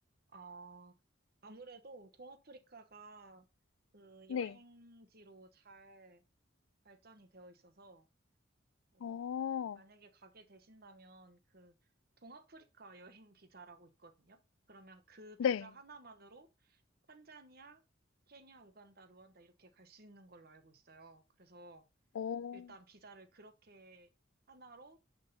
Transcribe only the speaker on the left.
네.
어,
네.
어.